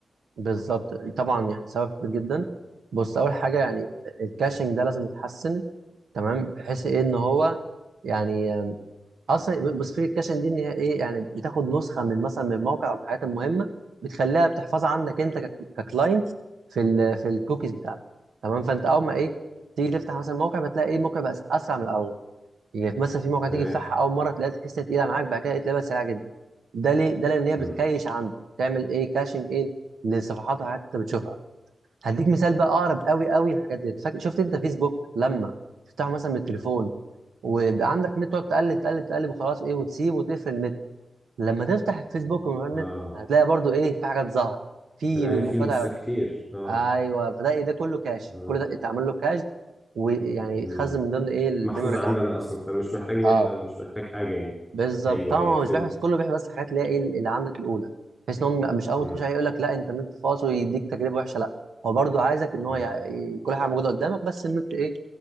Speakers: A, on the right; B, in the centre.
A: بالظبط طبعا يعني سبب كبير جدا بص اول حاجه يعني الكاشنج ده لازم يتحسن تمام بحيث ايه ان هو يعني اصل بص في الكاشن دي ان هي ايه يعني بتاخد نسخه من مثلا من موقع او الحاجات المهمه بتخليها بتحفظها عندك انت كك- ككلاينت في ال في الكوكيز بتاعتك تمام فانت اول ما ايه تيجي تفتح مثلا موقع بتلاقي ايه الموقع بقى اسرع من الاول يعني مثلا في موقع تيجي
B: تمام
A: تفتحها اول مره تلاقيها تحس إنها تقيله معاك بعد كده تلاقيها بقت سريعه جدا ده ليه ده لان هي بتكيش
B: مم.
A: عندك تعمل ايه كاشنج ايه للصفحات والحاجات اللي انت بتشوفها هديك مثال بقى اقرب قوي قوي الحاجات دي فاك- شفت انت فيسبوك لما تفتحه مثلا من التليفون ويبقى عندك نت تقعد تقلب تقلب تقلب وخلاص ايه وتسيب وتقفل النت لما تفتح الفيسبوك من غير
B: اه
A: نت هتلاقي برضو ايه في حاجات ظاهره في
B: الاقي
A: مقاطع
B: فيه بوستات كتير اه
A: ايوه فده إيه، ده كله كاش
B: اه
A: كل ده اتعمل له كاش ويعني
B: مم.
A: يتخزن من ضمن ايه الميموري
B: محفوظه
A: اللي
B: عندنا
A: عندك
B: اصلا فمش محتاج نت
A: اه
B: او مش محتاج حاجه يعني
A: بالظبط
B: ايوه
A: طبعا
B: ايوه
A: هو
B: فهمت
A: مش بيحفظ كله بيحفظ بس حاجات اللي هي ايه اللي عندك الاولى بحيث ان هو مش اول
B: مم.
A: ما تخش عليه يقول لك لا انت النت فاصل ويديك تجربه وحشه لا هو برضو عايزك ان هو
B: اه
A: يع- كل حاجه موجوده قدامك بس النت ايه